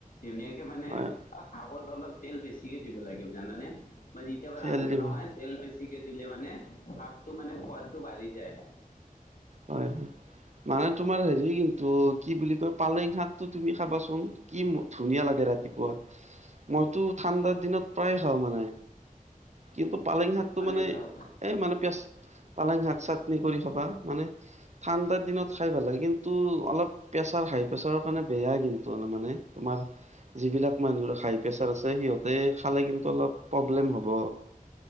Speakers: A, on the left (about 75°); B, on the right (about 50°).
A: ধুনীয়াকে মানে
B: হয়
A: শাকত অলপ তেল বেছিহে দিব লাগিব জানানে, মই যেতিয়াবা
B: তেল
A: ৰান্ধো
B: দিব
A: নহয় তেল বেছি ছিকে দিলে মানে শাকটো মানে সোৱাদটো বাঢ়ি যায়।
B: হয় হয়, মানে তোমাৰ হেৰি কিন্তু কি বুলি কয় পালেং শাকটো তুমি খাবাচোন। কি ধুনীয়া লাগে ৰাতিপুৱা। মইতো ঠাণ্ডাৰ দিনত প্ৰায় খাওঁ মানে। কিন্তু পালেং শাকটো
A: পালেং
B: মানে
A: শাক
B: এ, মানে পেচ পালেং শাক চাটনি কৰি খাবা মানে ঠাণ্ডাৰ দিনত খাই ভাল লাগে কিন্তু অলপ প্ৰেচাৰ হাই, প্ৰেছাৰৰ কাৰণে বেয়া কিন্তু মানে তোমাৰ যিবিলাক মানুহৰ হাই প্ৰেছাৰ আছে সিহঁতে খালে কিন্তু অলপ প্ৰব্লেম হ'ব।